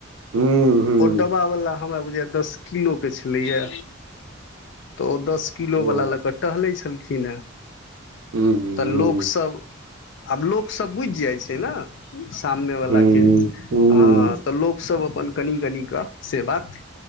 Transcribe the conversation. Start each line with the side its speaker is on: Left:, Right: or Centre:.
Right: हूँ हूँ
Left: ओ डबा वाला हमरा बुझाय या दस किलो के छलैया त ओ दस किलो
Right: हूँ
Left: वाला लऽ क टहले छै केलखिन ने
Right: हूँ
Left: तऽ लोकसभ आब लोकसभ बुझि जाइ छै ने सामने वलाके
Right: हूँ हूँ
Left: हँ तऽ लोकसभ अपन कनि कनि कऽ से बात